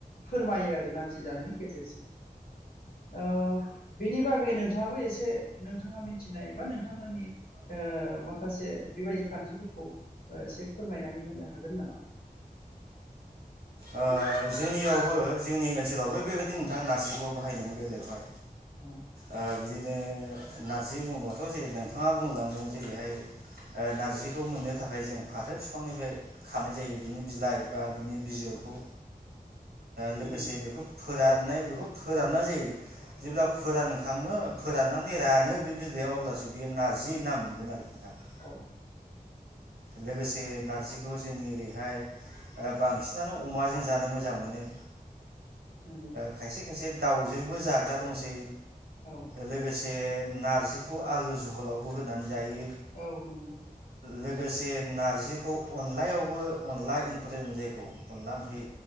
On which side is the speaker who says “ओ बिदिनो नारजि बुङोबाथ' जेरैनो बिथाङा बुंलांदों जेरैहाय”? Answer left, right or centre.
Right